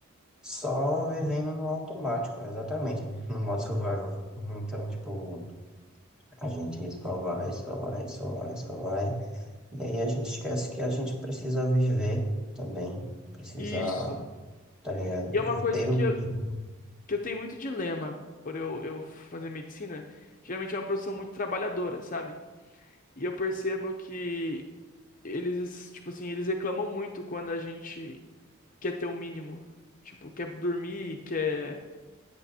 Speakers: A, in the centre; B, on the left.
A: Só vivendo no automático, exatamente, no modo survival. Então, tipo, a gente só vai, só vai, só vai, só vai. E aí a gente esquece que a gente precisa viver também. Precisa,
B: Isso.
A: tá ligado?
B: E é uma coisa
A: Ter
B: que
A: o mínimo.
B: eu, que eu tenho muito dilema por eu, eu fazer medicina. Geralmente é uma profissão muito trabalhadora, sabe? E eu percebo que eles, tipo assim, eles reclamam muito quando a gente quer ter o mínimo. Tipo, quer dormir, quer.